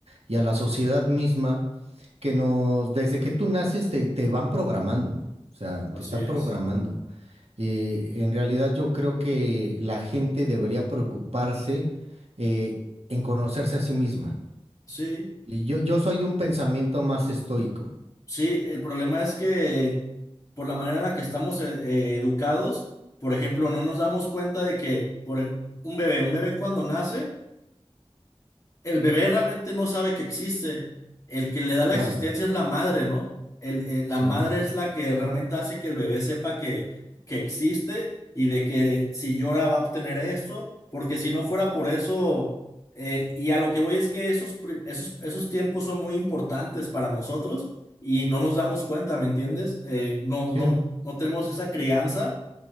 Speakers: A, on the right; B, on the left.
A: y a la sociedad misma que nos, desde que tú naces te, te van programando, o sea,
B: Así
A: te están
B: es.
A: programando. Eh, en realidad yo creo que la gente debería preocuparse eh, en conocerse a sí misma.
B: Sí,
A: Y yo, yo soy de un pensamiento más estoico.
B: sí, el problema es que por la manera en la que estamos eh, eh, educados, por ejemplo, no nos damos cuenta de que por e- un bebé, un bebé cuando nace, El bebé realmente no sabe que existe. El que le da la
A: Claro,
B: existencia es la madre, ¿no? El- el- la
A: sí,
B: madre es la que realmente hace que el bebé sepa que, que existe y de que si llora va a obtener eso, porque si no fuera por eso, eh, y a lo que voy es que esos, pri- esos, esos tiempos son muy importantes para nosotros y no nos damos cuenta, ¿me entiendes? Eh, no,
A: sí,
B: no, no tenemos esa crianza